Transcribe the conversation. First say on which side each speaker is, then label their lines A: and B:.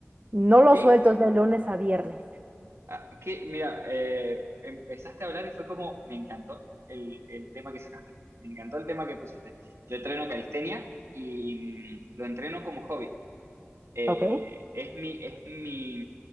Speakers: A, on the right; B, on the right.
A: No lo
B: ¿Qué,
A: suelto es de lunes a viernes,
B: Ah, que, mira, eh, empezaste a hablar y fue como, me encantó el, el tema que sacaste, me encantó el tema que pusiste. Yo entreno calistenia y mm, lo entreno como hobby. Eh,
A: ¿ok?
B: es mi, es mi,